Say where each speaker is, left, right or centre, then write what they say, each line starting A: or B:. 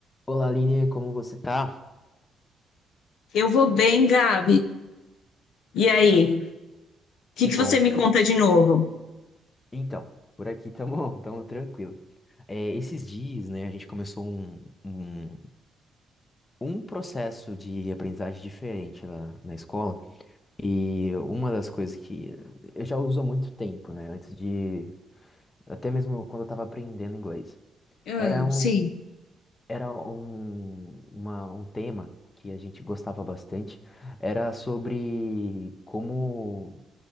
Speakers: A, on the left; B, on the left.
A: Olá, Aline, como você tá?
B: Eu vou bem, Gabi. E aí? O que
A: Que
B: que
A: bom.
B: você me conta de novo?
A: Então, por aqui tamo, <laughs> tamo tranquilo. É, esses dias, né, a gente começou um, um, um processo de aprendizagem diferente lá na escola. E uma das coisas que eu já uso há muito tempo, né, antes de... Até mesmo quando eu tava aprendendo inglês.
B: Ah,
A: Era um,
B: sim,
A: era um, uma, um tema que a gente gostava bastante. Era sobre como...